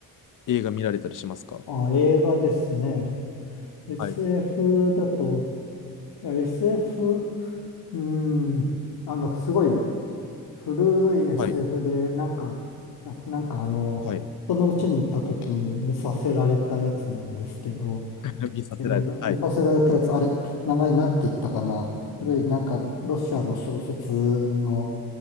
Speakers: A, on the left; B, on the left.
A: 映画見られたりしますか
B: あ、映画ですね。SF
A: はい。
B: だと、いや SF、うん、あの、すごい、古い SF
A: はい。
B: で、なんか、ななんかあの、
A: はい。
B: 人の家に行った時に見させられたやつなんですけど、
A: <laughs> 見させられた。
B: えー見させられたやつ、
A: はい。
B: あれ、名前なんて言ったかな古い、なんか、ロシアの小説の、